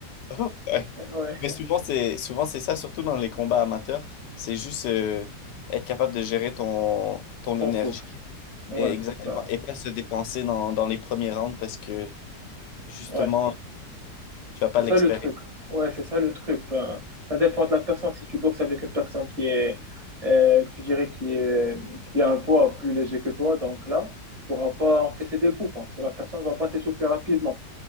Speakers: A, on the left (about 85°); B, on the right (about 25°).
A: <laughs> Ouais.
B: Ouais,
A: Mais souvent, c'est souvent c'est ça, surtout dans les combats amateurs. C'est juste euh, être capable de gérer ton, ton
B: ton
A: énergie
B: souffle. Ouais,
A: et, exactement,
B: bah
A: et pas se dépenser dans, dans les premiers rounds parce que justement,
B: ouais.
A: tu vas pas
B: C'est ça
A: l'expérimenter.
B: le truc. Ouais, c'est ça le truc. Ben, ça dépend de la personne. Si tu boxes avec une personne qui est, euh, que tu dirais, qui est, qui a un poids plus léger que toi, donc là, tu pourras pas encaisser des coups parce que la personne va pas s'essouffler rapidement.